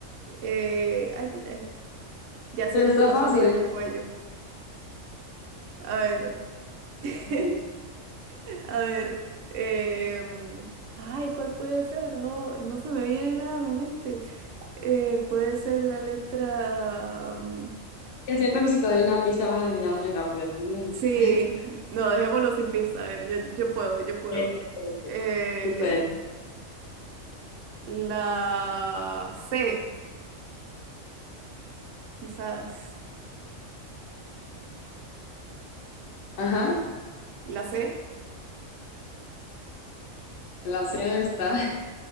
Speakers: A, on the right (about 70°); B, on the left (about 70°).
A: Eh, ay, ay, ay. Ya siento
B: Pero está
A: la
B: fácil.
A: soga en
B: Es
A: el
B: <laughs>
A: cuello. A ver. <laughs>
B: fácil.
A: A ver, em, ay, ¿cuál puede ser? No, no se me viene nada a la mente. Eh, puede ser la letra... mm,
B: Es cierto que si te doy una pista vas a adivinar muy rápido. Entonces,
A: sí,
B: <laughs>
A: no, dejémoslo sin pista. A ver, yo, yo puedo, yo puedo.
B: eh, espérate.
A: Eh,
B: tú puedes.
A: la C, quizás.
B: Ajá,
A: ¿La C?
B: la C no está.